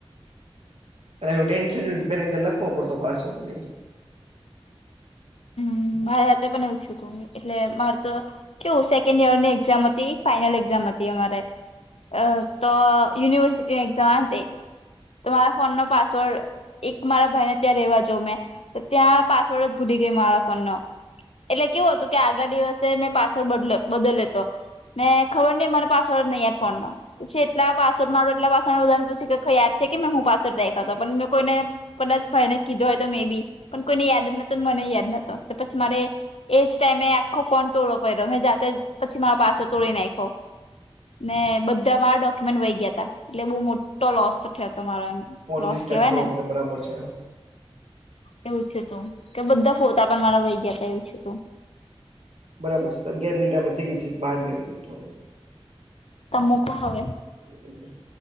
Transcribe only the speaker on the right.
અને એ ટેન્શન પે લખવો પડતો પાસવર્ડ.
ફોન
નહી સ્ટાર્ટ
કરવો
પડે બરાબર છે
બરાબર છે તોગિયાર મિનિટ આપડે થઈ ગઈ છે બાર મિનિટ જેવું થવા છે.
<inaudible>